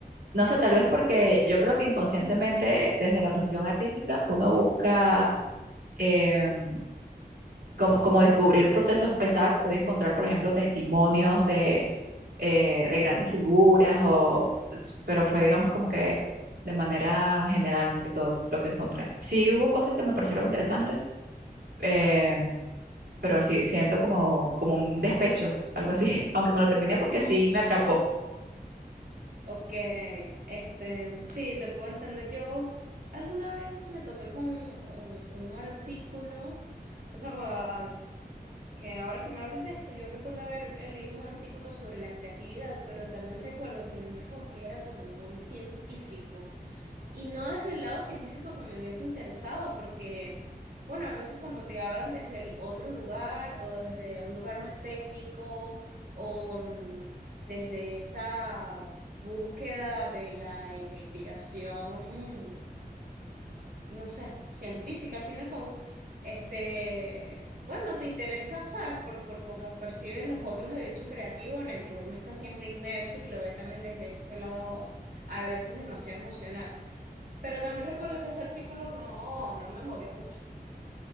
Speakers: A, on the right (about 80°); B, on the right (about 65°).
A: no sé, tal vez porque yo creo que inconscientemente desde la posición artística uno busca... em, como, como descubrir procesos, pensaba que podía encontrar, por ejemplo, testimonios de, eh, de grandes figuras, o, s- pero fue, digamos, como que de manera general más que todo lo que encontré. Sí hubo cosas que me parecieron interesantes, eh, pero sí siento como, como un despecho, algo así, <laughs> aunque me lo terminé porque
B: <laughs>
A: sí me
B: Ajá.
A: atrapó.
B: Ok, este, sí, te puedo entender. Yo alguna vez me topé con un, un- un artículo, o sea, a- que ahora que me hablas de esto, yo recuerdo haber eh, leído un artículo sobre la creatividad, pero también recuerdo que el enfoque era como muy científico Y no desde el lado científico que me hubiese interesado, porque, bueno, a veces cuando te hablan desde el otro lugar o desde un lugar más técnico o mm, desde esa búsqueda de la investigación, no sé, científica al fin y al cabo, este, bueno, te interesa, ¿sabes? Por, por cómo perciben los otros el hecho creativo en el que uno está siempre inmerso y lo ve también desde este lado a veces demasiado emocional. Pero también recuerdo que ese artículo no, no me movió mucho.